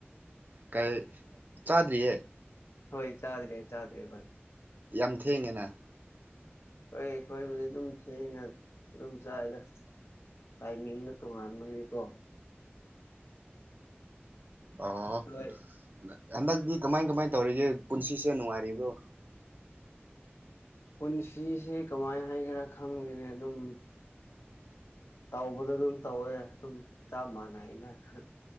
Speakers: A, on the right; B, on the left.
A: ꯀꯩ ꯆꯥꯗ꯭ꯔꯤꯌꯦ
B: ꯍꯣꯏ ꯆꯥꯗ꯭ꯔꯦ ꯆꯥꯗ꯭ꯔꯦ ꯍꯣꯏ
A: ꯌꯥꯝ ꯊꯦꯡꯉꯦꯅ
B: ꯍꯣꯏ ꯑꯩꯈꯣꯏꯕꯨꯗꯤ ꯑꯗꯨꯝ ꯊꯦꯡꯉ ꯑꯗꯨꯝ ꯆꯥꯏꯌꯦꯗ ꯇꯥꯏꯃꯤꯡꯗꯣ ꯇꯣꯉꯥꯟꯕꯒꯤꯀꯣ
A: ꯑꯣ
B: ꯍꯣꯏ
A: ꯅ ꯑꯃꯗꯤ ꯀꯃꯥꯏꯟ ꯀꯃꯥꯏꯟ ꯇꯧꯔꯤꯒꯦ ꯄꯨꯟꯁꯤꯁꯦ ꯅꯨꯡꯉꯥꯏꯔꯤꯕ꯭ꯔꯣ
B: ꯄꯨꯟꯁꯤꯁꯦ ꯀꯃꯥꯏ ꯍꯥꯏꯒꯦꯔꯥ ꯈꯪꯗꯦꯅꯦ ꯑꯗꯨꯝ ꯇꯧꯕꯗ ꯑꯗꯨꯝ ꯇꯧꯋꯦ ꯑꯗꯨꯝ ꯆꯞ ꯃꯥꯟꯅꯩꯌꯦꯗ ꯍ